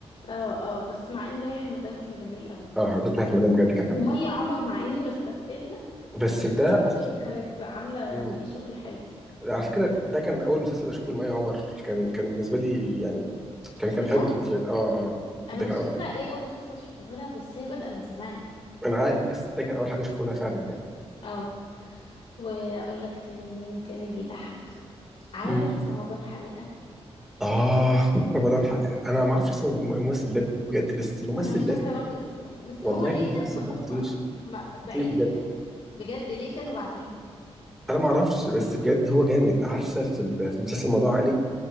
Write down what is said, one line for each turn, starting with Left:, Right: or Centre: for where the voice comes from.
Left: اه اه بس مع ان رايح المدام كان جميل قوي
Centre: اه حضرتك في مدام بجد كان حلو
Left: ومية عمر مع اني بستثقلها
Centre: بس
Left: بس
Centre: في ده
Left: برضو
Centre: اصلا
Left: كانت عاملة
Centre: مم.
Left: فيه شغل حلو
Centre: على فكره ده كان اول مسلسل اشوفه لمي عمر كان كان بالنسبه لي يعني كان كان
Left: بجد
Centre: حلو بالنسبه لي اه اه ده
Left: انا مش
Centre: كان اول
Left: فاكرة
Centre: حاجه
Left: ايه اول مسلسل شفته لها بس هي بادئة من زمان
Centre: انا عارف بس ده كان اول حاجه اشوفه لها فعلا يعني
Left: اه واقول لك تاني مين تاني بيضحك عارف
Centre: مم.
Left: رمضان حريقة
Centre: آه رمضان حق. أنا ما أعرفش اسم الممثل ده بجد بس الممثل
Left: انا مش
Centre: ده
Left: فاكرة برضو اسمه إيه، بس
Centre: والله
Left: هو ليه
Centre: الممثل
Left: كان م...
Centre: ده خطير
Left: م... م... بعيد
Centre: خطير بجد
Left: كده بجد ليه كانوا بعدينه
Centre: أنا ما أعرفش بس بجد هو جامد عارفة في ال- في مسلسل موضوع عائلي